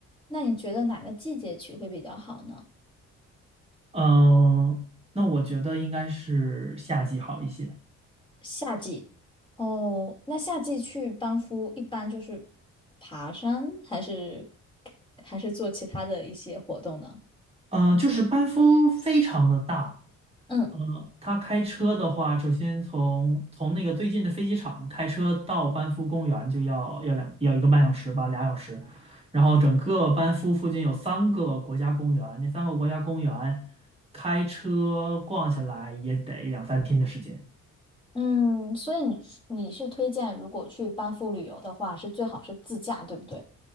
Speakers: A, on the left; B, on the right.
A: 那你觉得哪个季节去会比较好呢？
B: 嗯、那我觉得应该是夏季好一些。
A: 夏季。哦，那夏季去班夫一般就是爬山，还是还是做其他的一些活动呢？
B: 呃，就是班夫非常的大，
A: 嗯
B: 呃，他开车的话，首先从从那个最近的飞机场开车到班夫公园就要要两要一个半小时吧，俩小时。然后整个班夫附近有三个国家公园，那三个国家公园开车逛下来也得两三天的时间。
A: 嗯，所以你你是推荐如果去班夫旅游的话，是最好是自驾，对不对？